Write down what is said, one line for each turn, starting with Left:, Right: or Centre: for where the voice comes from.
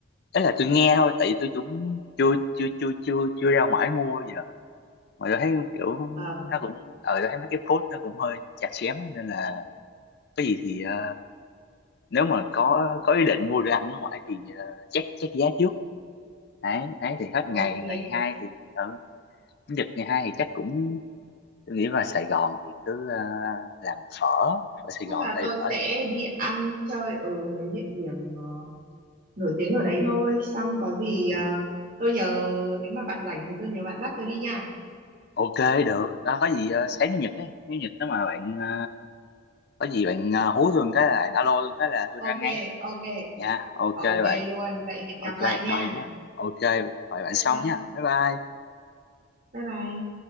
Left: ấy là tôi nghe thôi tại tôi cũng chưa chưa chưa chưa chưa ra ngoài mua giờ mà tôi thấy kiểu
Right: Ờ,
Left: nó cũng ờ tôi thấy mấy cái post nó cũng hơi chặt chém ấy, nên là có gì thì ờ, nếu mà có có ý định mua đồ ăn ở ngoài thì ờ, check check giá trước đấy đấy thì hết
Right: ok.
Left: ngày ngày hai thì ở chủ nhật ngày hai thì chắc cũng tôi nghĩ là Sài Gòn thì cứ ờ, làm phở phở Sài
Right: Chắc
Left: Gòn
Right: là
Left: tại
Right: tôi
Left: phở
Right: sẽ đi ăn chơi ở mấy địa điểm ờ, nổi tiếng ở đấy thôi. Xong có gì ờ,
Left: ừ.
Right: tôi nhờ, nếu mà bạn rảnh thì tôi nhờ bạn dắt tôi đi nha.
Left: Ok được đó có gì ờ, sáng chủ nhật đấy nếu nhật nếu mà bạn ờ, có gì bạn ờ, hú tôi một cái là alo tôi một cái là tôi
Right: Ok,
Left: ra ngay
Right: ok,
Left: nha ok
Right: ok
Left: bạn
Right: luôn. Vậy hẹn
Left: ok
Right: gặp lại
Left: bye
Right: nha.
Left: nha ok bye bạn
Right: Bye
Left: sau
Right: bye,
Left: nha bye bye
Right: bye bye.